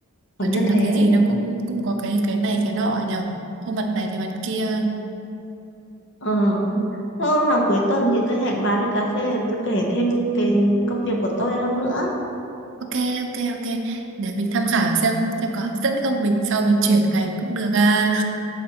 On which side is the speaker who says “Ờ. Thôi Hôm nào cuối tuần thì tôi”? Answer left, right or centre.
Left